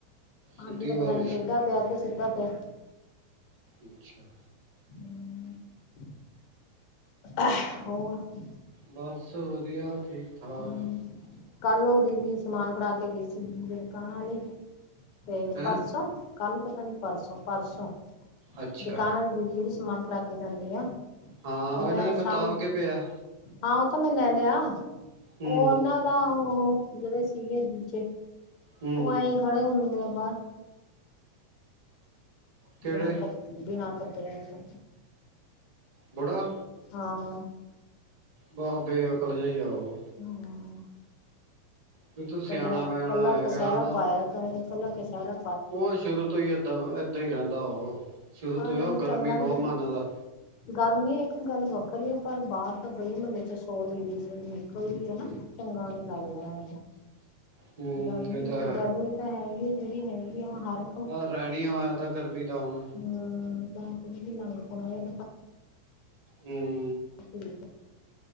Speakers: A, on the right; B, on the left.
A: ਸਿੱਧੀ
B: ਅੱਜ ਤਾਂ ਪਤਾ
A: ਬਾਰਿਸ਼।
B: ਨੀ, ਟੇਡਾ ਪਿਆ ਕੇ ਸਿੱਧਾ ਪਿਆ।
A: ਅੱਛਾ।
B: ਹੂੰ। <unintelligible> ਹੋਰ
A: ਬਸ, ਵਧੀਆ ਠੀਕ -ਠਾਕ।
B: ਹਮ। ਕੱਲ ਉਹ ਦੀਦੀ ਸਮਾਨ ਫੜਾ ਕੇ ਗਈ ਸੀ, ਦੁਕਾਨ ਆਲੀ, ਤੇ
A: ਹੈਂ,
B: ਪਰਸੋਂ? ਕੱਲ ਪਤਾ ਨੀ, ਪਰਸੋਂ - ਪਰਸੋਂ,
A: ਅੱਛਾ।
B: ਦੁਕਾਨ ਆਲੀ ਦੀਦੀ, ਜੇੜੀ ਸਮਾਨ ਫੜਾ ਕੇ ਜਾਂਦੀ ਆ।
A: ਹਾਂ,
B: ਤੇ
A: ਉਹ
B: ਮੈਂ
A: ਇਹਨਾਂ ਦੇ ਮਿਤਾਬ
B: ਸ਼ਾਮ
A: ਅਗੇ ਪਿਆ।
B: ਹਾਂ, ਉਹ ਤਾਂ ਮੈਂ ਲੈ ਲਿਆ।
A: ਹੂੰ,
B: ਉਹ ਉਹਨਾਂ ਦਾ, ਉਹ ਜਿਹੜੇ ਸੀਗੇ ਦੂਜੇ,
A: ਹੂੰ,
B: ਉਹ ਆਈ। ਖੱੜੇ ਹੁੰਦੇ ਆ ਬਾਹਰ,
A: ਕਿਹੜੇ?
B: ਯਾ ਕੱਪ ੜੇ। ਬਿਨਾਂ ਕੱਪੜਿਆਂ ਤੋਂ।
A: ਬੁੜ੍ਹਾ।
B: ਹਾਂ।
A: ਬਾ ਬੇਅਕਲ ਜੇਹਾ ਹੀ ਹੈ ਉਹ।
B: ਹੂੰ।
A: ਵੀ ਤੂੰ ਸਿਆਣਾ-ਬਿਆਣਾ
B: ਕੱਲਾ - ਕੱਲਾ
A: ਹੈਗਾ
B: ਕਛਹਿਰਾ
A: ਹਨਾ।
B: ਪਾਇਆ, ਕੱਲਾ ਕਛਹਿਰਾ।
A: ਉਹ ਸ਼ੁਰੂ ਤੋਂ ਹੀ ਏਦਾਂ - ਏਦਾਂ ਹੀ ਰਹਿੰਦਾ ਔ, ਸ਼ੁਰੂ ਤੋਂ
B: ਅ
A: ਹੀ ਔ ਗਰਮੀ
B: ਚੰਗਾ ਨਹੀਂ
A: ਬਹੁਤ ਮੰਨਦਾ।
B: ਗਰਮੀ ਇੱਕ ਗੱਲ ਵੱਖਰੀ ਹੈ, ਪਰ ਬਾਹਰ ਤਾਂ ਗਲੀ ਮਹੱਲੇ 'ਚ ਸੌ ਲੇਡੀਜ਼ ਨਿਕਲਦੀ ਹੈ ਨਾ। ਚੰਗਾ ਨੀ ਲੱਗਦਾ ਹੈ।
A: ਹੂੰ
B: ਗਰਮੀ
A: ਇਹ ਤਾਂ
B: ਹੈ, ਗਰਮੀ ਤਾਂ ਹੈਗੀ ਹੈ ਜਿਹੜੀ ਹੈਗੀ ਆ, ਉਹ ਹਰ
A: ਆ ਰਹਿਣੀ ਹੋ ਹੈ, ਤਾਂ ਗਰਮੀ ਤਾਂ ਹੁਣ।
B: ਹੁੰ, <unintelligible> ਤਾਂ ਵੀ ਲਗਣਾ ਤਾਂ
A: ਹੁੰ,।
B: ਅੱ <unintelligible>